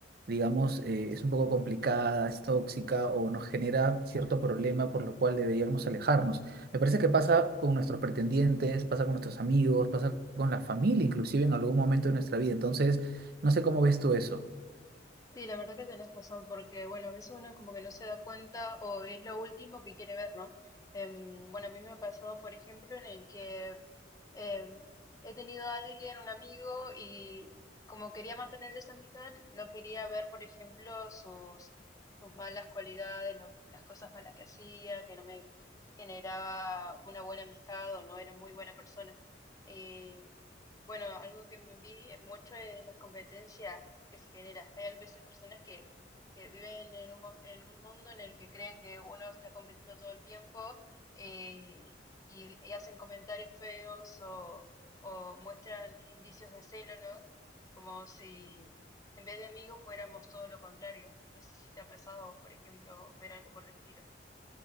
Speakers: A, on the right (about 55°); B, on the left (about 20°).
A: digamos, eh, es un poco complicada, es tóxica o nos genera cierto problema por lo cual deberíamos alejarnos. Me parece que pasa con nuestros pretendientes, pasa con nuestros amigos, pasa con la familia, inclusive en algún momento de nuestra vida. Entonces, no sé cómo ves tú eso.
B: Sí, la verdad que tenés razón, porque bueno, a veces uno como que no se da cuenta o es lo último que quiere ver, ¿no? Em, bueno, a mí me ha pasado, por ejemplo, en el que eh, he tenido a alguien, un amigo, y como quería mantener esa amistad, no quería ver, por ejemplo, sus, sus malas cualidades, lo- las cosas malas que hacía, que no me generaba una buena amistad o no era muy buena persona. Eh, bueno, algo que me envidia mucho es la competencia que se genera. Hay a veces personas que, que viven en un, mo- en un mundo en el que creen que uno está compitiendo todo el tiempo eh, y, y hacen comentarios feos o, o muestran indicios de celo, ¿no? Como si en vez de amigos fuéramos todo lo contrario. No sé si te ha pasado a vos, por ejemplo, ver algo por el estilo.